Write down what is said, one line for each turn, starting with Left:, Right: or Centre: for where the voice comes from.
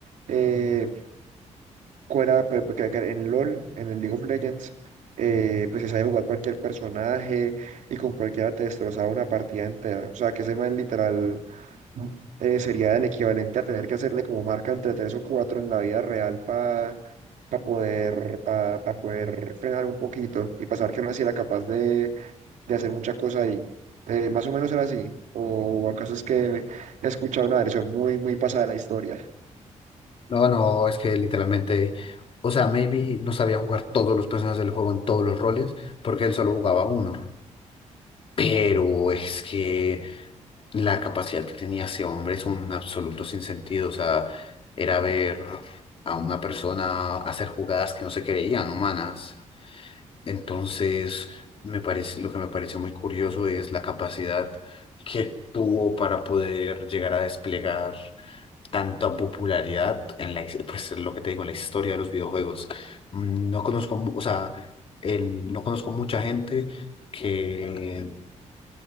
Right: eh, fuera, pe- pe- que- que en LOL, en el League of Legends, eh, pues se sabe jugar cualquier personaje y con cualquiera te destrozaba una partida entera. O sea, que ese man literal eh, sería el equivalente a tener que hacerle como marca entre tres o cuatro en la vida real para poder, para poder frenar un poquito y pasar que no así era capaz de de hacer mucha cosa ahí. Eh, más o menos era así. ¿O acaso es que he escuchado una versión muy, muy pasada de la historia?
Left: No, no, es que literalmente, o sea, maybe no sabía jugar todos los personajes del juego en todos los roles, porque él solo jugaba uno. Pero es que la capacidad que tenía ese hombre es un absoluto sinsentido. O sea, era ver a una persona hacer jugadas que no se creían humanas. Entonces, me parece, lo que me pareció muy curioso es la capacidad que tuvo para poder llegar a desplegar tanta popularidad en la, his- pues lo que te digo, en la historia de los videojuegos. Mm, No conozco, mu- o sea, el, no conozco mucha gente que